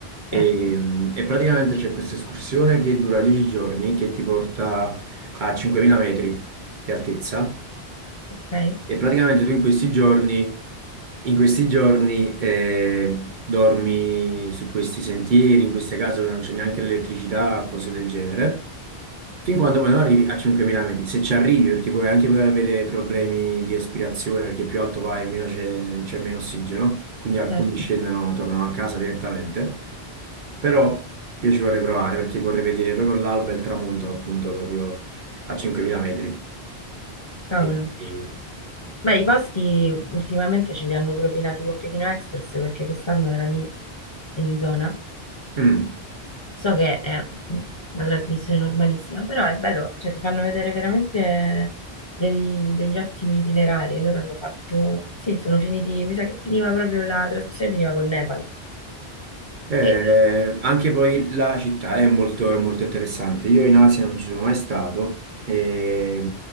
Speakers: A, on the left (about 35°); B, on the right (about 55°).
A: certo,
B: e, mh, e praticamente c'è questa escursione che dura 10 giorni, che ti porta a 5.000 metri di altezza,
A: ok,
B: e praticamente tu in questi giorni In questi giorni eh, dormi su questi sentieri, in queste case dove non c'è neanche l'elettricità, cose del genere, fin quando poi non arrivi a 5.000 metri. Se ci arrivi, perché puoi anche puoi avere problemi di respirazione, perché più alto vai, meno c'è c'è meno ossigeno, quindi alcuni
A: certo.
B: scendono, tornano a casa direttamente. Però io ci vorrei provare, perché vorrei vedere proprio l'alba e il tramonto, appunto, proprio a 5.000 metri.
A: Cavolo.
B: E, e-
A: Beh, i posti ultimamente ce li hanno propinati con Pechino Express perché quest'anno era lì in zona.
B: mm.
A: So che è una trasmissione normalissima, però è bello, cioè ti fanno vedere veramente degli, degli ottimi itinerari. Loro hanno fatto, sì, sono finiti, mi sa che finiva proprio la trasmissione, finiva col Nepal.
B: Eh,
A: E
B: anche poi la città è molto, è molto interessante. Io in Asia non ci sono mai stato. E,